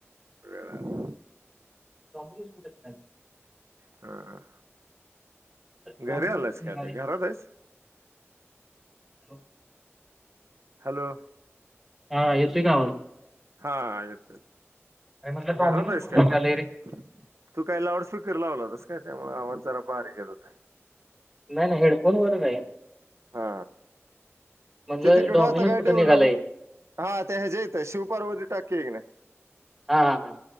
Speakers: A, on the right; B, in the centre.
A: वेळ आहे अजून.
B: डॉमिनोस कुठेच नाही.
A: ह. ह.
B: डॉमिनोज
A: घरी आलास
B: कुठे
A: का?
B: निघाले?
A: आता घरात आहेस?
B: <inaudible>
A: हॅलो!
B: हा येतोय का आवाज?
A: हा येतोय.
B: अरे म्हटलं डॉमिनोज
A: घरात आहेस
B: कुठे
A: काय मग?
B: निघालंय रे?
A: तू काय लाऊड स्पीकर लावला? कसं काय? त्यामुळ जरा आवाज बारीक येत होता.
B: नाही ना, हेडफोन वरच आहे.
A: हा
B: म्हणलं
A: ते तिकडं
B: डॉमिनोज
A: आता काय
B: कुठे
A: डेवलंप
B: निघालंय?
A: हा त्या ह्याच्यायेत आहे शिवपार्वती टाक कघ ना <unintelligible>
B: हा हा हा.